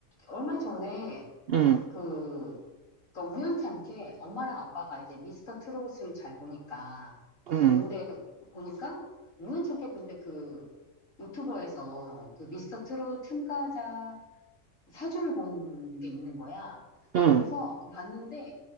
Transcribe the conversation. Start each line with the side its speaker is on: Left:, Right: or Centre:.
Left: 얼마 전에
Right: 응,
Left: 그, 그러니까 우연찮게 엄마랑 아빠가 이제 미스터 트롯을 잘 보니까,
Right: 응,
Left: 근데 보니까 우연찮게 근데 그 유튜버에서 그 미스터 트롯 참가자 사주를 본 게 있는 거야.
Right: 응,
Left: 그래서 그 봤는데